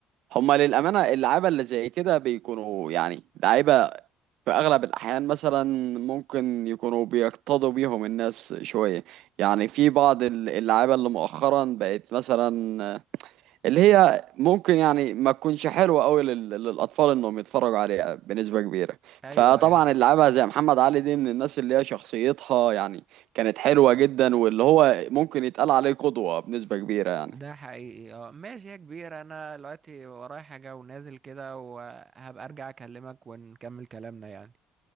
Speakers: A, on the right; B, on the right.
A: هما للأمانة اللعيبة اللي زي كده بيكونوا يعني لعيبة في أغلب الأحيان مثلا ممكن يكونوا بيقتضوا بيهم الناس شوية يعني في بعض ال- اللعيبة اللي مؤخرا بقت مثلا اللي هي ممكن يعني ما تكونش حلوة أوي لل- للأطفال إنهم يتفرجوا عليها بنسبة كبيرة
B: ايوه
A: فطبعا
B: ايوه
A: اللعيبة زي محمد علي دي من الناس اللي هي شخصيتها يعني كانت حلوة جدا واللي هو ممكن يتقال عليه قدوة بنسبة كبيرة يعني
B: ده حقيقي اه ماشي يا كبير انا دلوقتي ورايا حاجة ونازل كده وهبقى ارجع اكلمك ونكمل كلامنا يعني